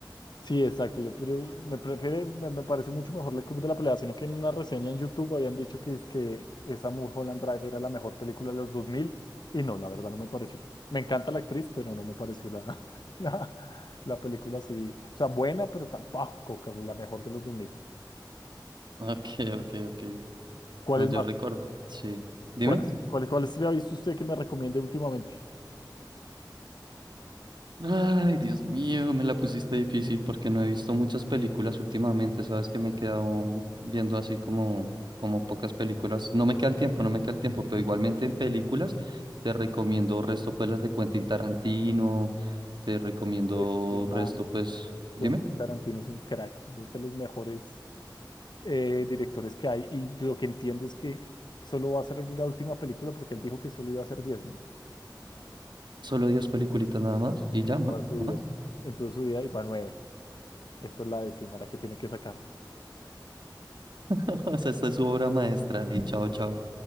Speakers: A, on the left; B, on the right.
A: Sí, exacto. Yo, pues, yo- me prefiere, me, me parece mucho mejor el Club de la Pelea, sino que en una reseña en YouTube habían dicho que es que esa Mulholland Drive era la mejor película de los 2000 y no, la verdad no me pareció. Me encanta la actriz, pero no me pareció la, <laughs> la, la película así, o sea, buena, pero tampoco que la mejor de los 2000.
B: <laughs> Ok, ok, ok.
A: ¿Cuál
B: No,
A: es
B: yo
A: más?
B: recuerdo. Sí. Dime.
A: ¿Cuál, es- cuál, cuál se ha visto usted que me recomiende últimamente?
B: Ay, Dios mío, me la pusiste difícil porque no he visto muchas películas últimamente. Sabes que me he quedado viendo así como, como pocas películas. No me queda el tiempo, no me queda el tiempo, pero igualmente en películas te recomiendo resto pues las de Quentin Tarantino, te recomiendo
A: Este man,
B: resto pues, dime,
A: Quentin Tarantino es un crack, es de los mejores. eh, directores que hay. Y lo que entiendo es que solo va a ser una última película porque él dijo que solo iba a hacer diez ¿no?
B: solo diez peliculitas nada más y
A: En
B: ya,
A: toda
B: ¿no?
A: su
B: ¿No
A: vida.
B: más?
A: En toda su vida iba nueve Esta es la décima, la que tiene que sacar.
B: <laughs> O sea, esta es su obra maestra y chao, chao.